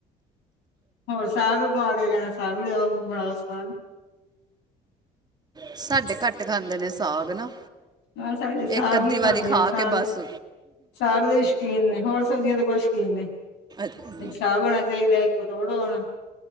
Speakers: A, on the left; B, on the right.
A: ਹੋਰ ਸਾਗ ਬਵਾ ਦੇ ਕਹਿਣਾ ਸਾਗ ਲਿਆਓ ਬਣਾਓ ਦੋ ਸਾਗ।
B: ਸਾਡੇ ਘੱਟ ਖਾਂਦੇ ਨੇ ਸਾਗ ਨਾ।
A: ਨਾਲ ਸਾਡੇ ਸਾਗ
B: ਇੱਕ-ਅੱਧੀ
A: ਵੀ
B: ਵਾਰੀ
A: ਖਾਂਦੇ
B: ਖਾ
A: ਨੇ ਸਾਗ
B: ਕੇ ਬਸ
A: ਸਾਗ ਦੇ ਸ਼ੌਕੀਨ ਨੇ, ਹੋਰ ਸਬਜ਼ੀਆਂ ਦੇ ਕੋਈ ਸ਼ੌਕੀਨ ਨਹੀ,
B: ਅੱਛਾ
A: ਇੱਕ ਸਾਗ ਹੋਣਾ ਚਾਹੀਦਾ ਇੱਕ ਪਤੋੜੋ ਹੋਣ